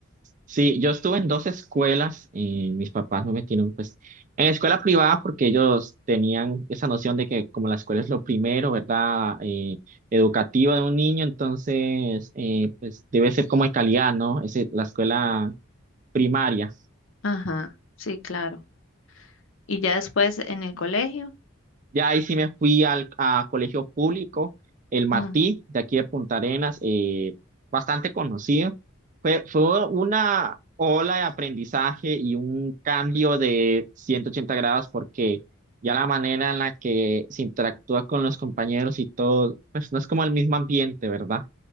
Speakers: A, on the right; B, on the left.
A: Sí, yo estuve en dos escuelas y mis papás no me metieron pues en escuela privada porque ellos tenían esa noción de que como la escuela es lo primero, ¿verdad? Eh, educativo de un niño, entonces eh, pues debe ser como de calidad, ¿no? Es la escuela primaria.
B: Ajá, sí, claro. ¿Y ya después en el colegio?
A: Ya ahí sí me fui al a colegio público, el Martí,
B: Ajá.
A: de aquí de Punta Arenas, eh, bastante conocido. Fue, fue una ola de aprendizaje y un cambio de 180 grados porque ya la manera en la que se interactúa con los compañeros y todo, pues no es como el mismo ambiente, ¿verdad?